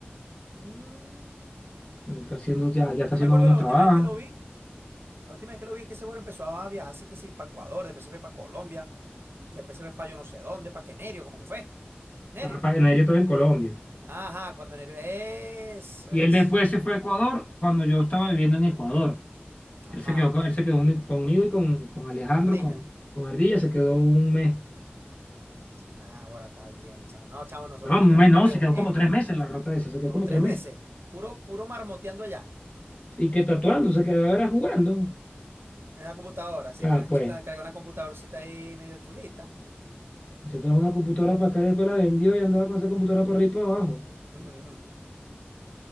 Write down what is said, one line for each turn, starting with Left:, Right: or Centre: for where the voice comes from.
Right: Mm,
Left: Está haciendo, ya, ya está
Right: Yo
Left: haciendo
Right: me acuerdo
Left: buenos
Right: la
Left: trabajos
Right: última vez que lo vi, la última vez que lo vi es que ese güero empezó a viajar, así que sí, para Ecuador, después se fue para Colombia, después se fue para yo no sé dónde, para que Nerio, como que fue. Nerio.
Left: Capaz, en ello estaba en Colombia.
Right: Ajá, cuando Nerio. Eso,
Left: Y
Right: eso.
Left: él después se fue a Ecuador cuando yo estaba viviendo en Ecuador. Él
Right: Ajá.
Left: se quedó, con- él se quedó mi- conmigo y con, con Alejandro,
Right: Con ardilla.
Left: con, con Ardilla, se quedó un mes.
Right: Nah, ahora está bien, chavo. No, chavo, nosotros
Left: No, un
Right: tenemos
Left: mes no,
Right: que reunir,
Left: se quedó como
Right: man.
Left: tres meses la rata esa, se quedó
Right: Como
Left: como
Right: tres
Left: tres meses.
Right: meses. Puro, puro marmoteando allá.
Left: Y que tatuando, se quedaba era jugando.
Right: En la computadora, sí,
Left: Ah,
Right: porque el
Left: pues,
Right: chico se carga una computadorcita ahí medio chulita.
Left: se trajo una computadora para acá y después la vendió y andaba con esa computadora para arriba y para abajo.
Right: <laughs> Ujú.